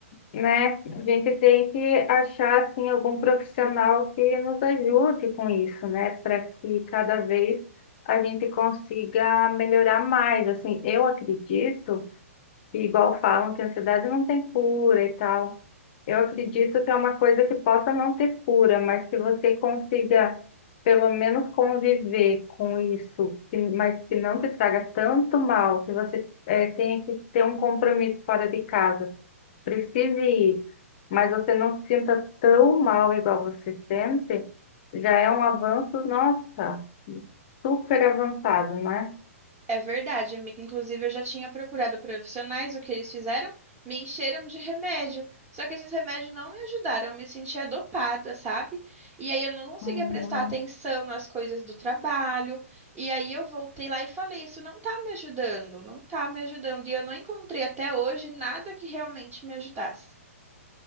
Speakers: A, on the left; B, on the right.
A: né, a gente tem que achar, assim, algum profissional que nos ajude com isso, né? Para que cada vez a gente consiga melhorar mais. Assim, eu acredito e igual falam que a ansiedade não tem cura e tal. Eu acredito que é uma coisa que possa não ter cura, mas que você consiga pelo menos conviver com isso, que- mas que não te traga tanto mal, que você eh, tenha que ter um compromisso fora de casa, precise ir, mas você não se sinta tão mal igual você sente, já é um avanço, nossa, super avançado, não é?
B: É verdade, amiga. Inclusive, eu já tinha procurado profissionais, o que eles fizeram? Me encheram de remédio. Só que esses remédios não me ajudaram, eu me sentia dopada, sabe? E aí eu não conseguia
A: Uhum.
B: prestar atenção nas coisas do trabalho. E aí eu voltei lá e falei: Isso não tá me ajudando, não tá me ajudando. E eu não encontrei até hoje nada que realmente me ajudasse.